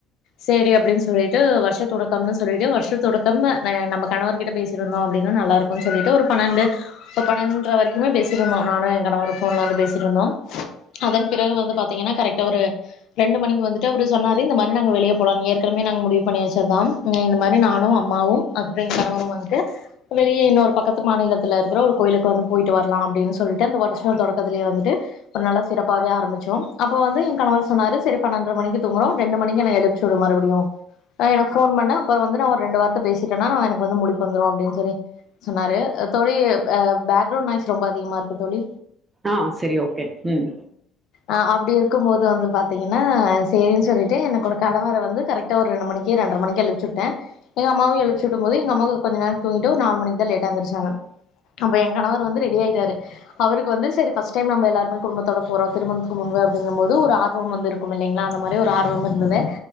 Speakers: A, on the left; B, on the right.
A: சேரி அப்புடினு சொல்லிட்டு வருஷ தொடக்கம்னு சொல்லிட்டு வருஷ தொடக்க நம்ம கணவ கிட்ட பேசிட்டு இருந்தோ அப்புடின்னு நல்லா இருக்கும்ன்னு சொல்லிட்டு ஒரு பன்னெண்டு ஒரு பன்னெண்ட வரைக்குமே பேசிருந்தோ நானு என் கணவரு போன்ல வந்து பேசிருந்தோ அதன் பிறகு வந்து பாத்தீங்கினா கரெக்டா ஒரு ரெண்டு மணிக்கு வந்துட்டு அவரு சொன்ன இந்த மாரி வெளிய ஏர்கெனமே முடிவு பண்ணவச்சது தா இந்த மாரி நானு அம்மாவு அப்பிடினு வந்துட்டு வெளியே இன்னொரு பக்கத்து மாநிலத்தில இருக்கிற கோயிலுவரோ போயிட்டு வர்லாமுனு சொல்லிட்டு வருஷ தொடக்கத்திலே வந்துட்டு சிறப்பவே ஆரம்பிச்சோம் அப்போ என் கணவர்சொன்னாரு பன்னெரை மணிக்குங்கு தூங்குறோ ரெண்டு மணிக்கு எனக்கு எழுப்பிச்சு விடு மறுபடியு எனக்கு போன் பண்ண அப்புற வந்து நா ஒரு ரெண்டு வார்த்த பேசிட்டேனா ந எனக்கு வந்து முழிப்பு வந்துரு அப்பிடினு சொி சொன்னாரு தோழி பேக்ரவுண்ட் நாய்ஸ் ரொம்ப அதிகமா இருக்கு தோழி
B: ஆஹ சரி ஓகே ம்
A: ஆஹ அப்புடி இருக்கு போது வந்து பாத்தீங்கினா சேரினு சொல்லிட் ஏ என் கடணவர வந்து கரெக்டா ஒரு ரெண்டு மணிக்கு ரெண்ரை மணிக்கு அ சுட்டு எங்க அம்மாவு எழுத் சுடும் போது எங்க அம்மாக்கு கொஞ்ச நேர தூங்கிட்டு நால் மணிக்கு தா லேட்டா எந்திருச்சாங்க நம்ப என் கணவர் வந்து ரெடி ஆயி வந்துட்டாரு அவுருக்கு வந்து சரி பஸ் டை எல்லாருமே குடும்பத்தோடு போறோ திருமணத்து முன்பு ஒரு ஆர்வம் வந்திருக்கு இல்லிங்கிலா அ மாரி ஒரு ஆர்வ ரூமு இருந்தது